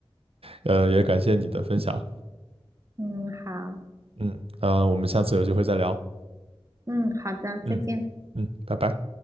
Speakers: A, on the right (about 75°); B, on the right (about 30°).
A: 呃，也感谢你的分享。
B: 嗯，好，
A: 嗯，那我们下次有机会再聊。
B: 嗯，好的，再见。
A: 嗯嗯，拜拜。